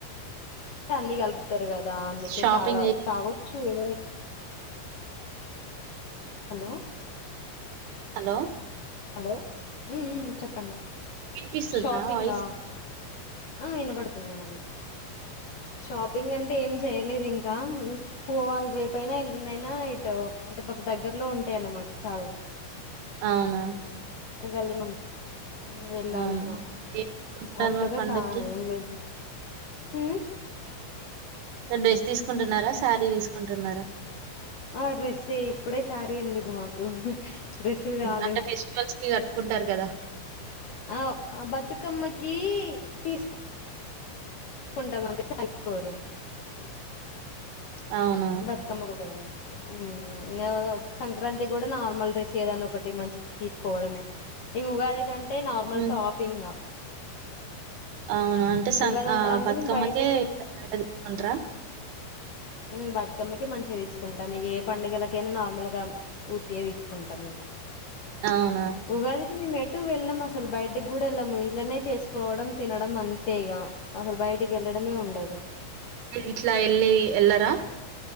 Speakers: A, on the left (about 60°); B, on the right (about 75°).
A: అన్నీ కల్ప్ తరుగదా అందుకే
B: షాపింగ్
A: తాగా
B: చే
A: తాగో చ్చు ఎవరై హలో
B: హలో
A: హలో ఉ ఉం చెప్పండి
B: ఇనిపిస్తుందా
A: షాపింగా
B: వాయిస్
A: ఆ ఇనబడుతుంది ఇనబడు షాపింగ్ అంటే ఏం చేయలేదు ఇంకా పోవాలి రేపైనా ఎల్లుండి అయినా ఇటు అంటే మాకు దగ్గరలో ఉంటాయిన్నమాట చాల్నే
B: అవునా
A: పక్క గల్లి లో ఉంటాయి ఉమ్ వెళ్ళాలిగా
B: అవును కుంటున్నారు
A: అంతగా
B: మరి పండక్కి
A: సా ఏం లేదులే హు
B: అంటే డ్రస్ తీసుకుంటున్నారా శారీ తీసుకుంటున్నారా
A: ఆ డ్రెస్సే ఇప్పుడే సారీ ఎందుకు మాకు డ్రెస్సులు చాలు
B: అంటే ఫెస్టివల్స్ కి కట్టుకుంటారు కదా
A: ఆ ఆ బతుకమ్మకి తీసు కుంటం అందుకే తీసుకోరు
B: అవునా
A: బతుకమ్మకు ఒక్కదానికే ఉం ఇంకా సంక్రాంతి కూడా నార్మల్ డ్రెస్ ఏదన్నా ఒకటి మంచిది తీసుకోవడమే ఈ ఉగాది కం నార్మల్
B: హ్మ్.
A: టాప్ ఇంగా
B: అవునా అంటే సం
A: ఉగాది అంత
B: ఆ ఆ
A: అంటే
B: బతుకమ్మకె
A: మేము బయటకి వెళ్ళి
B: గంట తీసుకుంట్
A: ఉం బతుకమ్మకి మంచిగా తీసుకుంటాం మీక ఏ పండుగలకైనా నార్మల్ గా ఉత్తిగా తీసుకుంటాం ఇగ
B: అవునా?
A: ఉగాదికి మీ మే ఎటు వెళ్ళం అసలు బయటికి గుడా వెళ్ళాము ఇంట్లనే చేసుకోవడం తినడం అంతేఇగ అసలు బయటికి వెళ్ళడమే ఉండదు
B: ఇట్లా ఎల్లి ఎలార